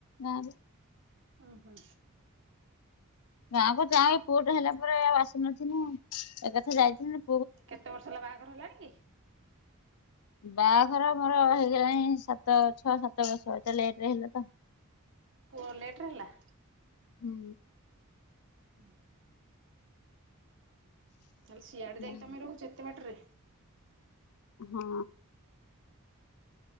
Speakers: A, on the left; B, on the right.
A: ଗାଁ ରେ।
B: ହୁଁ ହୁଁ।
A: ଗାଁକୁ
B: ଆସ
A: ଯାଏ ପୁଅଟେ ହେଲା ପରେ ଆଉ ଆସିନଥିଲୁ ଏକାଥରେ ଯାଇଥିଲୁ
B: କେତେ ବର୍ଷ ହେଲା ବାହାଘର ହେଲାଣି କି?
A: ବାହାଘର ମୋର ହେଇଗଲାଣି ସାତ ଛଅ ସାତ ବର୍ଷ ଏତେ ଲେଟେରେ ହେଲା ତ।
B: ପୁଅ ଲେଟେରେ ହେଲା।
A: ହୁଁ।
B: ହୁଁ। ତାହେଲେ ସିଆଡ଼େ ଯାଇକି
A: ବାହା
B: ତମେ ରହୁଛ ଏତେ ବାଟରେ।
A: ହଁ।